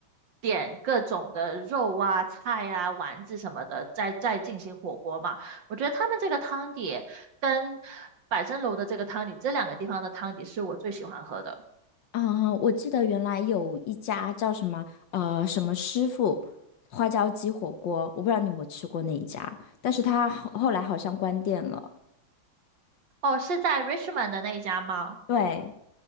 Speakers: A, on the right (about 65°); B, on the left (about 65°).
A: 点各种的肉啊、菜啊、丸子什么的，再再进行火锅嘛。我觉得他们这个汤底跟百珍楼的这个汤底，这两个地方的汤底是我最喜欢喝的。
B: 嗯，我记得原来有一家叫什么呃什么师傅花椒鸡火锅，我不知道你有没有吃过那一家，但是他后后来好像关店了。
A: 哦，是在 Richmond 的那一家吗？
B: 对，